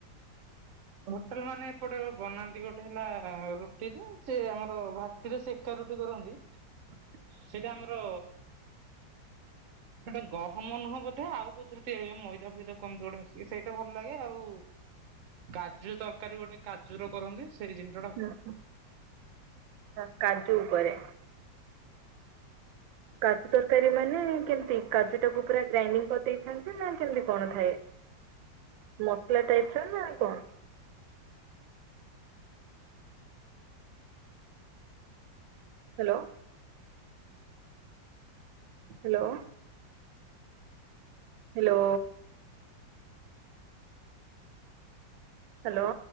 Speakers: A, on the right; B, on the right.
A: ହୋଟେଲ ମାନେ ଏପଟେ ବନାନ୍ତି ଗୋଟେ ହେଲା ରୁଟିରେ ସେ ଆମର ଭା ଟିକେ ସେକା ରୁଟି କରନ୍ତି।
B: ହଁ
A: ସେଇଟା ଆମର ସେଇଟା ଗହମ ନୁହଁ ବୋଧେ ଆଉ କୋଉଥିରେ ତିଆରି ମଇ ଫଦ କମିତି କୋଡେ ମିଶିକି ସେଇଟା ଭଲ ଲାଗେ ଆଉ କାଜୁ ତରକାରୀ ଗୋଟେ କାଜୁର ର କରନ୍ତି ସେଇ ଜିନି
B: ହ ହ ଆଛା କାଜୁ ଉପରେ କାଜୁ ତରକାରୀ ମାନେ କେମିତି କାଜୁ ଟାକୁ ପୁରା ଗ୍ରାଇଣ୍ଡିଙ୍ଗ କରିଦେଇଥାନ୍ତି ନା କେମିତି କଣ ଥାଏ? ମସଲା ଟାଇପର, ନା କଣ? ହାଲୋ। ହାଲୋ। ହାଲୋ। ହାଲୋ।